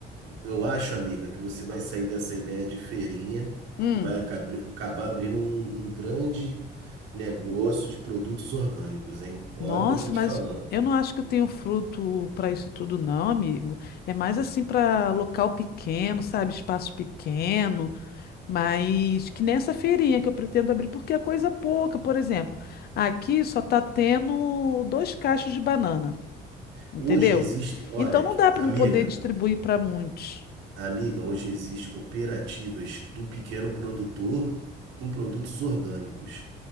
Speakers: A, on the right (about 85°); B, on the left (about 60°).
A: Eu acho, amiga, que você vai sair dessa ideia de feirinha
B: hum.
A: e vai acab- acabar abrindo um, um grande negócio de produtos orgânicos, hein? Olha
B: Nossa,
A: o que eu tô te
B: mas
A: falando.
B: eu não acho que eu tenho fruto para isso tudo, não, amigo. É mais assim para local pequeno, sabe? Espaço pequeno, mas que nessa feirinha que eu pretendo abrir, porque é coisa pouca, por exemplo. Aqui só tá tendo dois cachos de banana, entendeu?
A: Hoje existe, olha,
B: Então não dá para
A: amiga,
B: me poder distribuir para muitos.
A: amiga, hoje existe cooperativas do pequeno produtor com produtos orgânicos